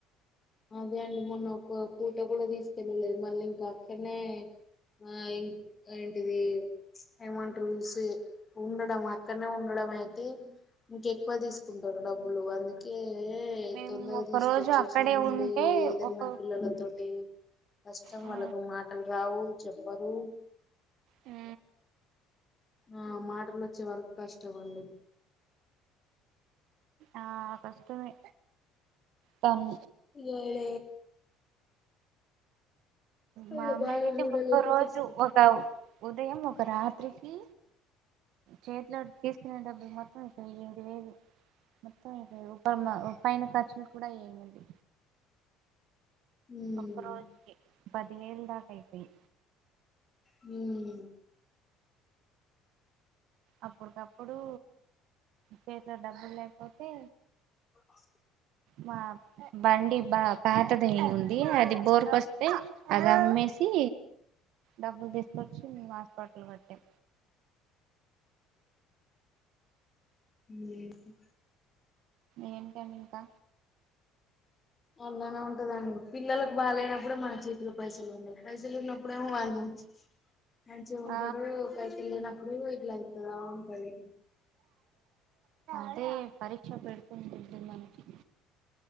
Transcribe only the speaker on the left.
అదే అండి మొన్న ఒక పూట కూడా తీసుకెళ్ళలేదు మళ్ళీ ఇంకా అక్కడనే ఆ ఏంటిది ఏమంటరు ఉ సే ఉండడం అక్కడనే ఉండడం అయితే ఇంకెక్కువ తీసుకుంటారు డబ్బులు అందుకే
తొందరగా
తీసుకొచ్చేసినాం
మల్ల
ఏదన్నా
పిల్లతోటి కష్టం
వాళ్లతో మాటలు రావు చెప్పరు
ఆ మాటలు వచ్చే వరకు కష్టం అండి
ఇయ్యాలే
ఈడ
బాగా చూడలేక
తీసుకు
ఉమ్
హ్మ్
ఆ
ఉ
అలానే ఉంటదండి పిల్లలకు బాలేనప్పుడే మాన చేతిలో పైసలు ఉండయి పైసలు ఉన్నప్పుడేమో వాళ్ళ మంచి మంచిగుంటరు
ఒకఐకి వెళ్ళినప్పుడు ఇట్లా అవుతా ఉంటది